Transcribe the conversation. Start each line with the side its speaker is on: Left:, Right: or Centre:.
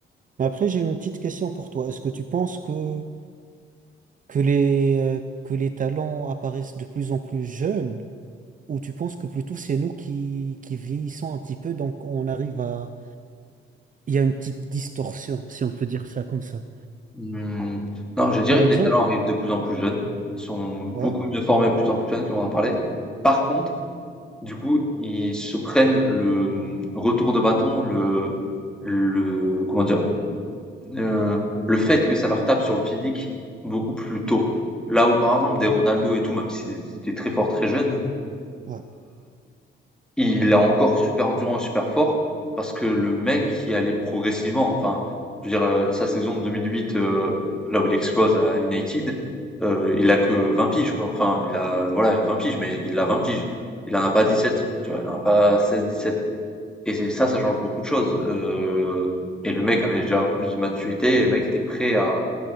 Right: Mais après, j'ai une petite question pour toi. Est-ce que tu penses que, que les, euh, que les talents apparaissent de plus en plus jeunes? Ou tu penses que plutôt c'est nous qui, qui vieillissons un petit peu, donc on arrive à... Il y a une petite distorsion, si on peut dire ça comme ça.
Centre: Mmh, non, je dirais
Right: Par exemple?
Centre: que les talents arrivent de plus en plus jeunes. Ils sont beaucoup
Right: Ouais,
Centre: mieux formés de plus en plus jeunes, comme on en parlait. Par contre, du coup, ils se prennent le mmh, retour de bâton, le le comment dire, heu, le fait que ça leur tape sur le physique beaucoup plus tôt. Là où, par exemple, des Ronaldo et tout, même s'ils étaient très forts très jeunes,
Right: ouais,
Centre: Il a encore super endurant et super fort parce que le mec, il allait progressivement. Enfin, je veux dire, euh, sa saison 2008, euh, là où il explose à United, euh, il a que 20 piges, quoi. Enfin, il a, voilà, 20 piges, mais il a 20 piges. Il en a pas 17,
Right: ouais,
Centre: tu vois, il en a pas 16, 17. Et c'est ça, ça change beaucoup de choses. Euh, et le mec avait déjà un peu plus de maturité, et le mec était prêt à,